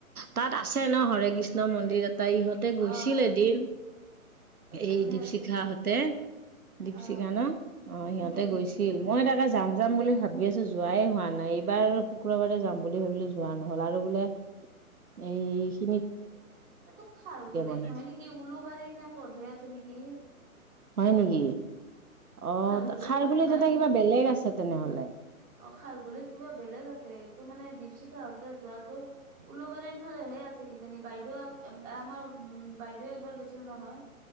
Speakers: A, on the right; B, on the right.
A: তাত আছে ন হৰে কৃষ্ণ মন্দিৰ তাই ইহঁতে
B: অ
A: গৈছিল
B: আছে
A: এদিন এই
B: আছে
A: দীপশিখা
B: আছে
A: হতে দীপশিখা
B: অ
A: ন অ' সিহঁতে
B: উম
A: গৈছিল মই তাক যাম যাম বুলি ভাবি আছো যোৱাই হোৱা নাই এইবাৰ শুক্ৰবাৰে যাম বুলি ভাবিলো যোৱা নহল আৰু বোলে এই
B: এইটো খাৰ ঘুলিত
A: বনাইছে
B: নহয় নেকি উওলো বাৰি নে, কধে আছে নেকি?
A: হয় নেকি? অ
B: খাৰঘুলিৰ
A: খাৰঘুলিত
B: ফালে নাই
A: এটা
B: চাগে
A: কিবা বেলেগ
B: অ
A: আছে তেনেহলে
B: খাৰঘুলিত কিবা বেলেগ আছে। ত মানে দিপশিখা হতে যত, ত' উওলোবাৰীৰ ফালেহে আছে কিজানি বাইদেউ আমাৰ উ বাইদেউ একবাৰ গৈছিল নহয়।